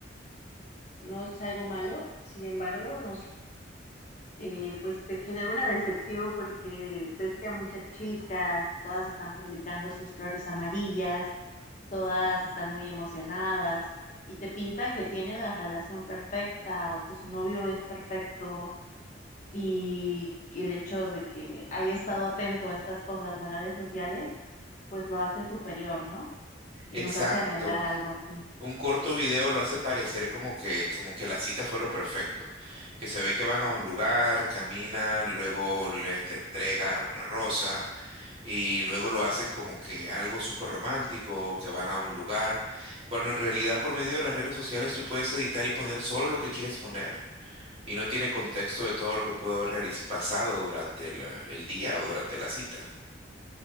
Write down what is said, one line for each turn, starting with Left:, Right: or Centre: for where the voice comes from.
Left: no es algo malo, sin embargo, nos eh, pues te genera una decepción porque ves que a muchas chicas, todas están publicando sus flores amarillas, todas están muy emocionadas y te pintan que tienen la relación perfecta o que su novio es perfecto y que el hecho de que haya estado atento a estas cosas de redes sociales, pues lo hace superior, ¿no? Y
Right: Exacto.
Left: nos hace anhelar algo así.
Right: Un corto video lo hace parecer como que, como que la cita fue lo perfecto, que se ve que van a un lugar, caminan, luego le, le entrega una rosa, y luego lo hacen como que algo súper romántico, que van a un lugar, cuando en realidad por medio de las redes sociales tú puedes editar y poner solo lo que quieres poner y no tiene contexto de todo lo que pudo haber realiz- pasado durante el, el día o durante la cita.